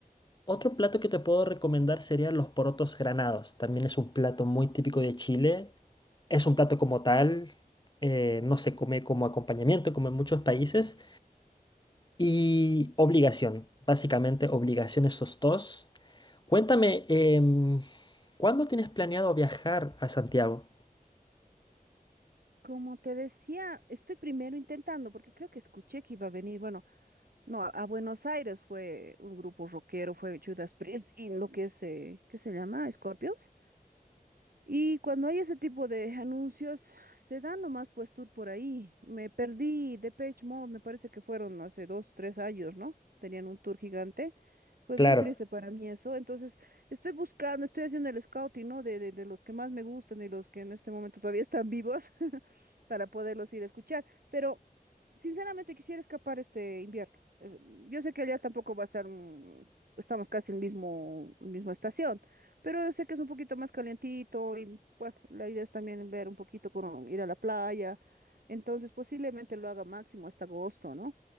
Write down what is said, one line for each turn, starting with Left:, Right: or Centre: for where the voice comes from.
Left: otro plato que te puedo recomendar serían los porotos granados. También es un plato muy típico de Chile. Es un plato como tal, eh, no se come como acompañamiento, como en muchos países. Y obligación, básicamente obligación esos dos. Cuéntame, em, ¿cuándo tienes planeado viajar a Santiago?
Right: Como te decía, estoy primero intentando, porque creo que escuché que iba a venir, bueno, no, a, a Buenos Aires fue un grupo rockero, fue Judas Priest y lo que es, eh, ¿qué se llama? Scorpions. Y cuando hay ese tipo de anuncios, se dan nomás pues tour por ahí. Me perdí Depeche Mode, me parece que fueron hace dos, tres años, ¿no? Tenían un tour gigante. Fue
Left: Claro.
Right: bien triste para mí eso. Entonces, estoy buscando, estoy haciendo el scouting, ¿no? De, de, de los que más me gustan y los que en este momento todavía están vivos. <laughs> para poderlos ir a escuchar. Pero sinceramente quisiera escapar este invierno. Es- Yo sé que allá tampoco va a estar, mm, estamos casi en mismo, en misma estación, pero yo sé que es un poquito más calientito y bueno, la idea es también ver un poquito, con, ir a la playa. Entonces posiblemente lo haga máximo hasta agosto, ¿no?